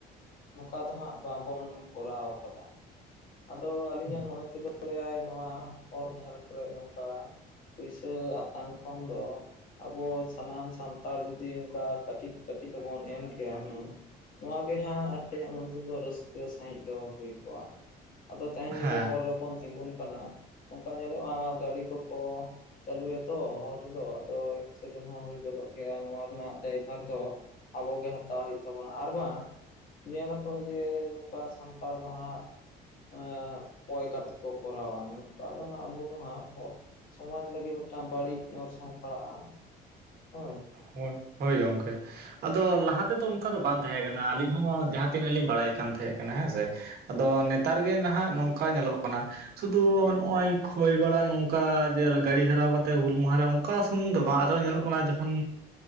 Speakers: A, on the left (about 55°); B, on the right (about 65°).
A: ᱱᱚᱝᱠᱟ ᱫᱚ ᱦᱟᱸᱜ ᱵᱟᱵᱚᱱ ᱠᱚᱨᱟᱣ ᱠᱟᱫᱟ᱾ ᱟᱫᱚ ᱟᱹᱞᱤᱧᱟᱜ
B: ᱦᱩᱸ
A: ᱢᱚᱱᱮ ᱛᱮᱫᱚ ᱞᱟᱹᱭ ᱟᱭ, ᱱᱚᱣᱟ ᱦᱚᱨ ᱫᱷᱟᱨᱮ ᱠᱚᱨᱮ ᱱᱚᱝᱠᱟ ᱯᱩᱭᱥᱟᱹ ᱟᱛᱟᱝ ᱠᱷᱚᱱ ᱫᱚ ᱟᱵᱚ ᱥᱟᱱᱟᱢ ᱥᱟᱱᱛᱟᱲ ᱡᱩᱫᱤ ᱚᱱᱠᱟ ᱠᱟᱹᱴᱤᱡ ᱠᱟᱹᱴᱤᱡ ᱛᱮᱵᱚᱱ ᱮᱢ ᱠᱮᱭᱟ ᱦᱩᱱᱟᱹᱝ ᱱᱚᱣᱟ ᱜᱮ ᱦᱟᱸᱜ ᱟᱹᱞᱤᱟᱜ ᱢᱚᱱᱮ ᱛᱮᱫᱚ ᱨᱟᱹᱥᱠᱟᱹ ᱥᱟᱹᱦᱤᱡ ᱫᱚ ᱦᱩᱭ ᱠᱚᱜ-ᱟ᱾ ᱟᱫᱚ ᱛᱮᱦᱮᱧ ᱡᱩᱫᱤ
B: ᱦᱮᱸ
A: ᱦᱚᱨ ᱨᱮᱵᱚᱱ ᱛᱤᱜᱩᱱ ᱠᱟᱱᱟ ᱚᱱᱠᱟ ᱧᱮᱞᱚᱜ-ᱟ ᱜᱟᱹᱰᱤ ᱠᱚᱠᱚ ᱪᱟᱹᱞᱩᱭᱟ ᱛᱚ ᱦᱚᱨ ᱨᱮᱫᱚ ᱟᱫᱚ ᱮᱠᱥᱤᱰᱮᱱᱴ ᱦᱚᱸ ᱦᱩᱭ ᱜᱚᱫᱚᱜ ᱜᱮᱭᱟ ᱱᱚᱣᱟ ᱨᱮᱱᱟᱜ ᱫᱟᱭᱵᱷᱟᱨ ᱫᱚ ᱟᱵᱚ ᱜᱮ ᱦᱟᱛᱟᱣ ᱦᱩᱭᱩᱜ ᱛᱟᱵᱚᱱᱟ, ᱟᱨ ᱵᱟᱝ ᱧᱮᱞᱟ ᱠᱚ ᱡᱮ ᱱᱚᱝᱠᱟ ᱥᱟᱱᱛᱟᱲ ᱫᱚ ᱦᱟᱸᱜ ᱮ ᱠᱚᱭ ᱠᱟᱛᱮ ᱠᱚ ᱠᱚᱨᱟᱣᱟ ᱱᱚᱝᱠᱟ ᱫᱚ ᱦᱟᱸᱜ ᱟᱵᱚ ᱫᱚ ᱦᱟᱸᱜ ᱥᱚᱢᱟᱡ ᱞᱟᱹᱜᱤᱫ ᱢᱤᱫᱴᱟᱝ ᱵᱟᱹᱲᱤᱡ ᱚᱨᱥᱚᱝ ᱯᱟᱲᱟᱜ-ᱟ, ᱦᱳᱭ
B: ᱦᱳᱭ ᱦᱳᱭ ᱜᱚᱝᱠᱮ᱾ ᱟᱫᱚ ᱞᱟᱦᱟ ᱛᱮᱫᱚ ᱚᱱᱠᱟ ᱫᱚ ᱵᱟᱝ ᱛᱟᱦᱮᱸ ᱠᱟᱱᱟ ᱟᱹᱞᱤᱧ ᱦᱚᱸ ᱡᱟᱦᱟᱸ ᱛᱤᱱᱟᱹᱜ ᱞᱤᱧ ᱵᱟᱲᱟᱭ ᱛᱟᱦᱮᱸ ᱠᱟᱱᱟ ᱦᱮᱸᱥᱮ ᱟᱫᱚ ᱱᱮᱛᱟᱨ ᱜᱮ ᱱᱟᱦᱟᱜ ᱱᱚᱝᱠᱟ ᱚᱱᱠᱟ ᱧᱮᱞᱚᱜ ᱠᱟᱱᱟ ᱥᱩᱫᱩ ᱱᱚᱜ-ᱚᱭ ᱠᱷᱚᱭ ᱵᱟᱲᱟ ᱱᱚᱝᱠᱟ ᱜᱟᱹᱲᱤ ᱜᱷᱮᱨᱟᱣ ᱠᱟᱛᱮ ᱦᱩᱞ ᱢᱟᱦᱟᱨᱮ ᱚᱱᱠᱟ ᱥᱩᱢᱩᱝ ᱫᱚ ᱵᱟᱝ, ᱟᱫᱚ ᱧᱮᱞᱚᱜ ᱠᱟᱱᱟ ᱡᱚᱠᱷᱚᱱ